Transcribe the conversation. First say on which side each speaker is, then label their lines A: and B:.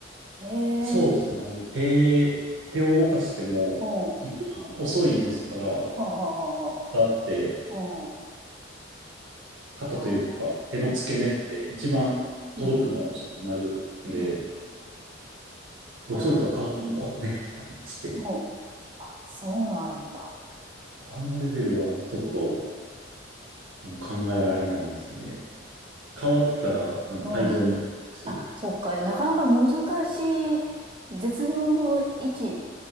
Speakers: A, on the right (about 25°); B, on the right (about 75°).
A: ええ。
B: そうですね。あの、手、手を動かしても、
A: うん。は
B: 一番遅いですから、
A: あはあはあは
B: 肩って、
A: あ。うん。
B: 肩というか、
A: ああ
B: 手の付け根って一番届くの遅くなるんで、
A: うん。うん。うん
B: そうすると顔にこう狙ったりして、
A: ええ。うん。あ、そうなんだ。
B: あのレベルはちょっと、
A: うん。
B: あの、考えられないですね。顔当てたら、あの、
A: うん。
B: 退場になりますし、
A: あ、そっか。なかなか難しい、絶妙の位置っ